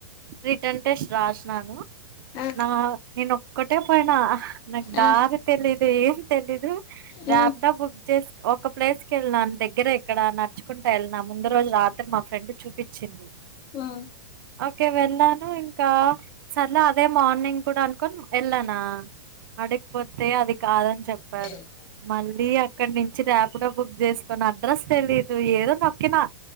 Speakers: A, on the right; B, on the left.
A: రిటర్న్ టెస్ట్ రాసినాను
B: ఆ
A: నా నేను ఒక్కటే పోయినా నాకు దారి
B: ఆ
A: తెలీదు ఏం తెలీదు
B: ఉమ్
A: రా <unintelligible> బుక్ చేస్ ఒక ప్లేస్కి వెళ్నా అంతే దగ్గర ఎక్కడ నడుచుకుంటా వెళ్ళనా ముందు రోజు రాత్రి మా ఫ్రెండ్ చూపిచింది
B: ఆ
A: ఓకే వెళ్ళాను ఇంకా సర్లే అదే మార్నింగ్ కూడా అనుకొన్ వెళ్ళానా అడిగిపోతే అది కాదని చెప్పారు
B: ఉమ్
A: మళ్ళీ అక్కడి నుంచి ర బుక్ చేసుకోని అడ్రస్ తెలీదు ఏదో నొక్కినా